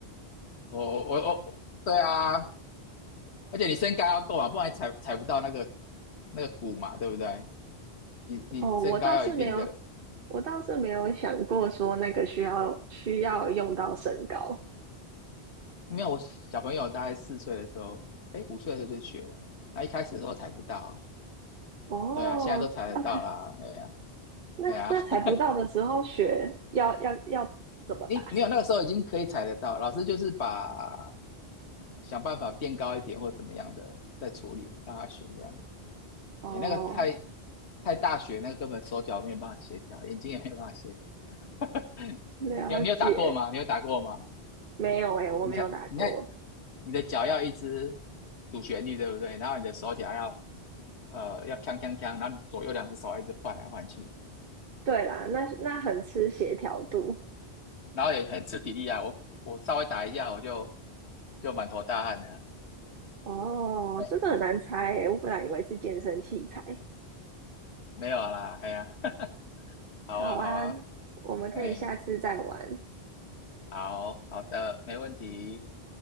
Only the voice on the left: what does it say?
我我我，对啊，而且你身高要够嘛，不然踩踩不到那个那个鼓嘛，对不对？你你身高要一定的，
因为我小朋友大概四岁的时候，哎，五岁的时候就学了，那一开始的时候踩不到啊
对啊，现在都踩得到啦，哎呀、
哎呀、<laughs> 你没有那个时候已经可以踩得到，老师就是把想办法变高一点或怎么样的再处理让他学这样，
哎，那个太太大学那个根本手脚没有办法协调，眼睛也没有办法协调，<laughs>
你有你有打过吗？你有打过吗？
你看，你看，你的脚要一直主旋律，对不对？然后你的手脚要呃要锵锵锵，然后左右两只手要一直换来换去，
然后也很吃体力啊。我我稍微打一下，我就就满头大汗了。
<laughs> 哎，
没有啦，哎呀，<laughs> 好啊，
好啊，
哎，好好的，没问题，